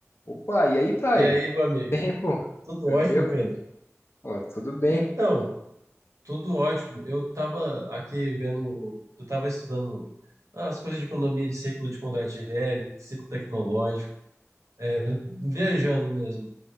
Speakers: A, on the left; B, on the right.
A: Opa, e aí, Thay?
B: E aí, meu amigo?
A: Tempo?
B: Tudo
A: Tranquilo?
B: ótimo, Pedro?
A: Ó, tudo bem.
B: Então, tudo ótimo. Eu estava aqui vendo, eu estava estudando as coisas de economia de ciclo de Kondratiev, ciclo tecnológico, é, viajando mesmo.